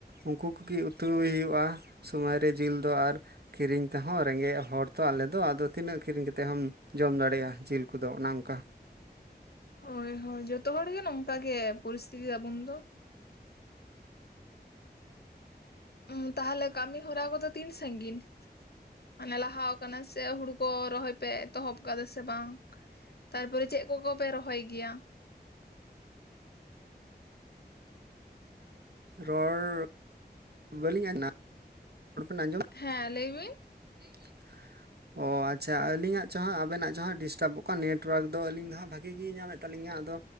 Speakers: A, on the right; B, on the left.
A: ᱩᱱᱠᱩ ᱠᱚᱜᱮ ᱩᱛᱩᱭ ᱦᱩᱭᱩᱜᱼᱟ ᱾ ᱥᱚᱢᱚᱭ ᱨᱮ ᱡᱤᱞ ᱫᱚ ᱟᱨ ᱠᱷᱤᱨᱤᱧ ᱛᱮᱦᱚᱸ ᱨᱮᱸᱜᱮᱡ ᱦᱚᱲ ᱛᱚ ᱟᱞᱮᱫᱚ ᱟᱫᱚ ᱛᱤᱱᱟᱹᱜ ᱠᱤᱨᱤᱧ ᱠᱟᱛᱮ ᱦᱚᱢ ᱡᱚᱢ ᱫᱟᱲᱮᱭᱟᱜᱼᱟ ᱡᱤᱞ ᱠᱚᱫᱚ ᱚᱱᱮ ᱚᱱᱠᱟ᱾
B: ᱦᱚᱭ ᱦᱚᱭ ᱡᱚᱛᱚ ᱦᱚᱲ ᱜᱮ ᱱᱚᱝᱠᱟ ᱜᱮ ᱯᱚᱨᱤᱥᱛᱤᱛᱤ ᱛᱟᱵᱚᱱ ᱫᱚ ᱾ ᱩ ᱛᱟᱦᱚᱞᱮ ᱠᱟᱹᱢᱤ ᱦᱚᱨᱟ ᱠᱚᱫᱚ ᱛᱤᱱ ᱥᱟᱸᱜᱤᱧ? ᱢᱟᱱᱮ ᱞᱟᱦᱟ ᱟᱠᱟᱱᱟ ᱥᱮ ᱦᱩᱲᱩ ᱠᱚ ᱨᱚᱦᱚᱭ ᱯᱮ ᱮᱛᱚᱦᱚᱵ ᱟᱠᱟᱫᱟ ᱥᱮ ᱵᱟᱝ? ᱛᱟᱨᱯᱚᱨᱮ ᱪᱮᱫ ᱠᱚᱯᱮ ᱨᱚᱦᱚᱭ ᱜᱮᱭᱟ?
A: ᱨᱚᱲ <inaudible> ᱵᱟᱹᱞᱤᱧ ᱟᱡᱸᱱᱟ <inaudible> ᱨᱚᱲ ᱵᱮᱱ ᱟᱸᱡᱚᱢ
B: ᱦᱮᱸ ᱞᱟᱹᱭ ᱵᱤᱱ?
A: <unintelligible> ᱚ ᱟᱪᱪᱷᱟ ᱟᱹᱞᱤᱧᱟᱜ ᱪᱚᱦᱟᱸ ᱟᱵᱮᱱᱟᱜ ᱡᱟᱸᱦᱟ ᱰᱤᱥᱴᱟᱵᱚᱜ ᱠᱟᱱᱟ ᱱᱮᱴᱳᱣᱟᱨᱠ ᱫᱚ ᱟᱹᱞᱤᱧ ᱫᱚ ᱦᱟᱸᱜ ᱵᱷᱟᱜᱤ ᱜᱮ ᱧᱟᱢᱮᱫ ᱛᱟᱹᱞᱤᱧᱟ ᱟᱫᱚ